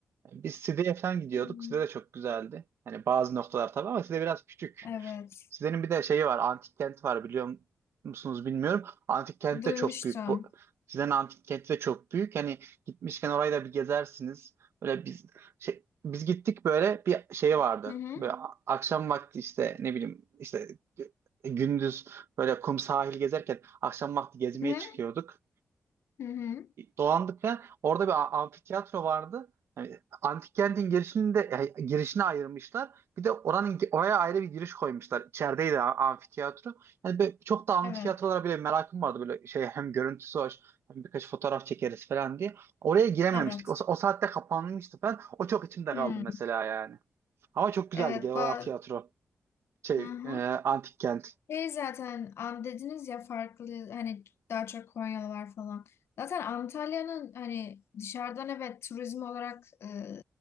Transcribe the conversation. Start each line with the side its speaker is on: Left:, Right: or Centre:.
Right: Biz Side'ye falan gidiyorduk.
Left: Hmm.
Right: Side de çok güzeldi. Yani bazı noktalar tabii ama Side biraz küçük.
Left: Evet.
Right: Sizlerin bir de şeyi var. Antik kenti var biliyor musunuz bilmiyorum. Antik kent
Left: Duymuştum.
Right: de çok büyük. Bu, sizlerin antik kenti de çok büyük. Hani gitmişken orayı da bir gezersiniz. Böyle biz şey, biz gittik böyle bir şey vardı.
Left: Hı hı.
Right: Böyle a- akşam vakti işte ne bileyim işte e, gündüz böyle kum sahil gezerken akşam vakti gezmeye
Left: Hı hı.
Right: çıkıyorduk
Left: Hı hı.
Right: dolandık ve orada bir a- amfiteyatro vardı. Yani antik kentin girişini de e, girişini ayırmışlar. Bir de oranın oraya ayrı bir giriş koymuşlar. İçerideydi a- amfiteyatro. Yani ben- çok da amfiteyatrolara
Left: Evet.
Right: bile merakım vardı böyle şey hem görüntüsü hoş hem birkaç fotoğraf çekeriz falan diye. Oraya girememiştik.
Left: Evet.
Right: O, o saatte kapanmıştı falan. O çok içimde
Left: Hmm.
Right: kaldı mesela yani. Ama çok güzeldi
Left: Evet.
Right: genel
Left: Ba
Right: olarak tiyatro şey
Left: hı hı.
Right: e, antik kent.
Left: Şey zaten am dediniz ya farklı hani daha çok Konyalılar falan. Zaten Antalya'nın hani dışarıdan evet turizm olarak e,